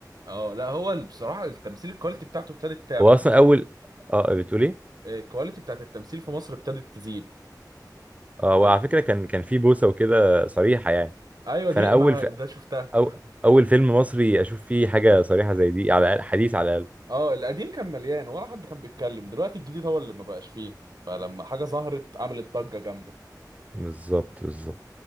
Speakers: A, on the right; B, on the right.
A: اه لا هو ال- بصراحة التمثيل الكواليتي بتاعته ابتدت تعلى
B: هو
A: في
B: اصلا
A: مصر
B: اول اه بتقول ايه
A: الكواليتي بتاعت التمثيل في مصر ابتدت تزيد
B: اه وعلى
A: ابتدت
B: فكرة
A: تعلى.
B: كان كان في بوسة وكده صريحة يعني
A: ايوه
B: فانا
A: دي ما
B: اول في...
A: ده شفتها
B: أو... اول فيلم مصري اشوف فيه حاجة صريحة زي دي على الأقل- حديث على الاقل
A: اه القديم كان مليان ولا حد كان بيتكلم دلوقتي الجديد هو اللي ما بقاش فيه فلما حاجة ظهرت عملت ضجة جامدة
B: بالظبط بالظبط